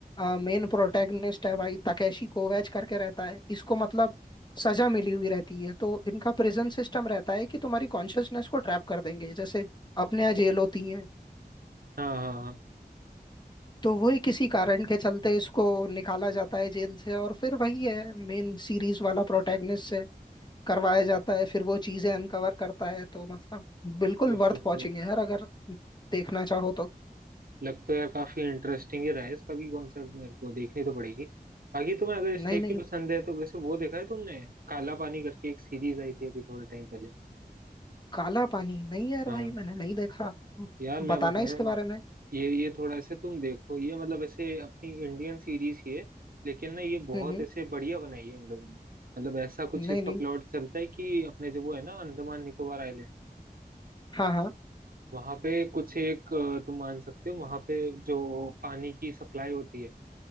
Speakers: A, on the left; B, on the right.
A: मेन प्रोटैगनिस्ट है भाई तकेशी कोवैच करके रहता है इसको मतलब सजा मिली हुई रहती है तो इनका प्रिजन सिस्टम रहता है कि तुम्हारी कॉन्शसनेस को ट्रैप कर देंगे जैसे अपने यहाँ जेल होती है
B: हाँ हाँ हाँ
A: तो वही किसी कारण के चलते इसको निकाला जाता है जेल से और फिर वही है मेन सीरीज वाला प्रोटैगनिस्ट से करवाया जाता है फिर वो चीजें अनकवर करता है तो मतलब बिल्कुल
B: ये
A: वर्थ
B: फिर
A: वॉचिंग
B: तो
A: है यार अगर देखना चाहो तो
B: लग तो यार काफी इंटरेस्टिंग ही रहा है इसका भी कॉन्सेप्ट मेरे को देखनी तो पड़ेगी बाकी तुम्हें अगर इस
A: नहीं
B: टाइप
A: नहीं
B: की पसंद है तो वैसे वो देखा है तुमने काला पानी करके एक सीरीज आई थी अभी थोड़े टाइम पहले
A: काला पानी नहीं यार
B: हाँ
A: भाई मैंने नहीं देखा
B: यार मैं
A: बताना
B: बता रहा
A: इसके
B: हूँ
A: बारे में
B: ये ये थोड़ा ऐसे तुम देखो ये मतलब ऐसे अपनी इंडियन सीरीज ही है लेकिन ना ये बहुत
A: हम्म हम्म
B: ऐसे बढ़िया बनाई है इन लोगों ने मतलब ऐसा कुछ
A: नहीं
B: इसका
A: नहीं
B: प्लॉट चलता है कि अपने जो वो है ना अंडमान निकोबार आइलैंड
A: हाँ हाँ
B: वहां पे कुछ एक अ, तुम मान सकते हो वहां पे जो पानी की सप्लाई होती है